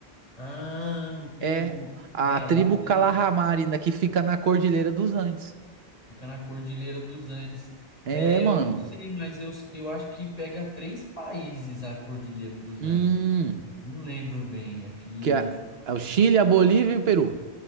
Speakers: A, on the left (about 35°); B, on the right (about 65°).
A: Ah, no Peru.
B: É a
A: É,
B: tribo
A: lá
B: Calahamari,
A: tem,
B: né, que fica na Cordilheira dos Andes.
A: fica na Cordilheira dos Andes.
B: É,
A: É,
B: mano.
A: eu não sei, mas eu, eu acho que pega três países a Cordilheira dos
B: Hum,
A: Andes. Não lembro bem, é que
B: que é, é o Chile, a Bolívia e o Peru.